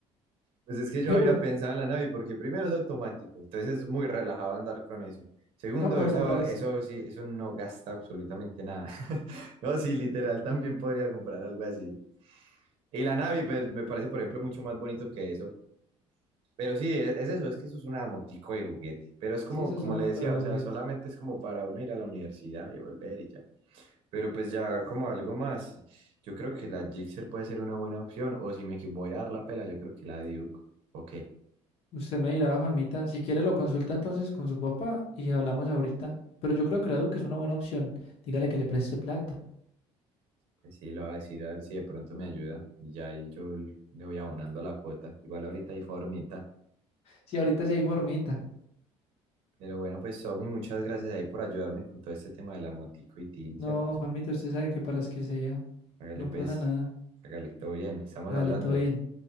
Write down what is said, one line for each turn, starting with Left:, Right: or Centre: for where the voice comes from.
Right: Pues es que
Left: De
Right: yo había
Left: buena.
Right: pensado en la Navi porque primero es automático, entonces es muy relajado andar con eso. Segundo,
Left: No, puede
Right: eso,
Left: comprar esta.
Right: eso sí, eso no gasta absolutamente nada. <laughs> No, sí, literal, también podría comprar algo así. Y la Navi pues, me parece, por ejemplo, mucho más bonito que eso. Pero sí, es, es eso, es que eso es una motico de juguete. Pero es como,
Left: Sí, esa
Right: como
Left: es una
Right: le
Left: moto
Right: decía,
Left: de juguete.
Right: o sea, solamente es como para uno ir a la universidad y volver y ya. Pero pues ya como algo más, yo creo que la Gixxer puede ser una buena opción, o si me equi- voy a dar la pela, yo creo que la Duke, o qué,
Left: Usted me dirá, Juanmita, si quiere lo consulta entonces con su papá y hablamos ahorita. Pero yo creo que la Duque es una buena opción. Dígale que le preste plata.
Right: pues sí, lo voy a decir a ver si de pronto me ayuda, y ya ahí yo l- le voy abonando la cuota, igual ahorita hay formita,
Left: Sí, ahorita sí hay formita.
Right: pero bueno, pues Somi, muchas gracias ahí por ayudarme con todo este tema de la motico y tin,
Left: No,
Right: ¿cierto?
Left: Juanmita, usted sabe que para las que sea,
Right: Hágale
Left: no
Right: pues,
Left: pasa nada.
Right: hágale, todo bien, estamos
Left: Dale,
Right: hablando.
Left: todo bien.